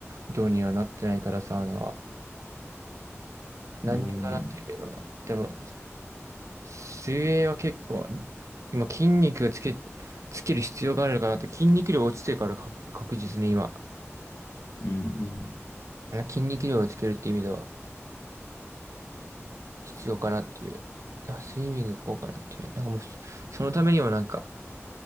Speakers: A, on the right (about 80°); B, on the left (about 60°).
A: 動にはなってないから、サウナは。ランニングだったけど、
B: うーん、
A: でも、水泳は結構、今筋肉つけ、つける必要があるのかなって、筋肉量落ちてるから確、確実に今、
B: うん、うん。
A: 筋肉量をつけるって意味では必要かなっていう。だからスイミング行こうかなっていう。だからもう、そのためにもなんか、